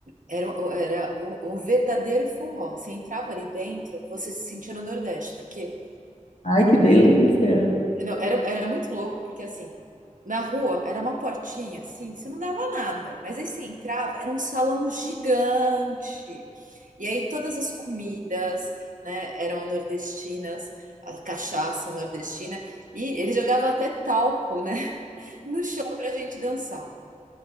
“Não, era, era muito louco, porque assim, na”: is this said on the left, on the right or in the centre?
Right